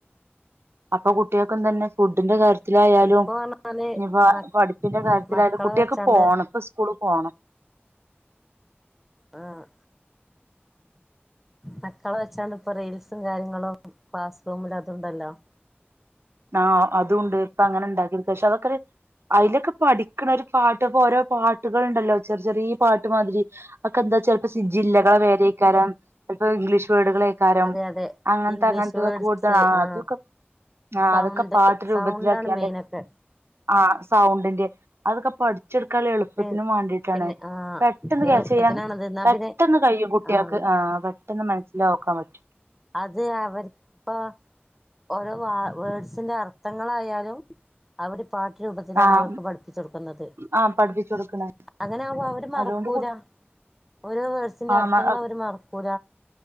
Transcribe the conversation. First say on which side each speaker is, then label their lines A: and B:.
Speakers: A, on the right; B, in the centre.
A: അപ്പൊ കുട്ട്യേക്കും തന്നെ ഫുഡിന്റെ കാര്യ ത്തിലായാലും
B: ഇപ്പൊ പറഞ്ഞാല്
A: ഇനി
B: മ
A: പഠിപ്പിന്റെ കാര്യത്തിലായാലും
B: മക്കളെ
A: കുട്ട്യേക്ക്
B: വെച്ചാണ്ട്
A: പോണം ഇപ്പ സ്കൂളിപോണം
B: ആഹ് മക്കളെ വെച്ചാണ്ട്പ്പൊ റീൽസും കാര്യങ്ങളും ക്ലാസ്റൂമില് അത്ണ്ടല്ലോ
A: ആ അതൂണ്ട് ഇപ്പൊ അങ്ങനെ ഉണ്ടാക്കിരിക്ക പക്ഷെ അതൊക്കൊര് അതിലൊക്കെ പഠിക്കണ ഒരു പാട്ട് ഇപ്പോ ഓരോ പാട്ടുകൾുണ്ടല്ലോ ചെറിയ ചെറിയ പാട്ട് മാതിരി. ഒക്കെ എന്താ ചിലപ്പോ ജില്ലകളെ പേരായിക്കാരം. ചിലപ്പോ ഇംഗ്ലീഷ് വേഡുകളാ കാരം
B: അതെ അതെ
A: അങ്ങനത്തെ
B: ഇംഗ്ലീഷ്
A: അങ്ങനത്തെ
B: വേർഡ്സ്
A: കൂടുതലാണ്
B: ആഹ്
A: അതൊക്കെ ആ
B: സൗണ്ട്
A: അതൊക്കെ പാട്ട് രൂപത്തിലാക്കിയന്റെ
B: സൗണ്ടാണ് മെയിനൊക്കെ
A: ആ സൗണ്ടിന്റെ അതൊക്കെ പഠിച്ചെടുക്കാനുള്ള എളുപ്പത്തിനും
B: പി
A: വേണ്ടിയിട്ടാണ്.
B: പിന്നെ ആഹ്
A: പെട്ടെന്ന്
B: എളുപ്പത്തിനാണത്
A: കേച്ച് ചെയ്യാൻ
B: എന്നാ
A: പെട്ടെന്ന്
B: പിന്നെ
A: കഴിയും കുട്ടികൾക്ക്
B: ആഹ്
A: ആ പെട്ടെന്ന് മനസ്സിലാക്കാൻ പറ്റും.
B: അത് അവർ ഇപ്പൊ ഓരോ വ വേഡ്സിന്റെ അർത്ഥങ്ങളായാലും. അവര് പാട്ടു രൂപത്തിലാണ്
A: ആ
B: അവർക്ക് പഠിപ്പിച്ചൊടുക്കുന്നത്.
A: ആഹ് പഠിപ്പിച്ചു കൊടുക്കണേ
B: അങ്ങനെ ആകുമ്പോ അവര് മറക്കൂല
A: അതുകൊണ്ട് കു
B: ഓരോ വേട്സിന്റെ
A: ആഹ്
B: അർത്ഥങ്ങള് അവര് മറക്കൂല.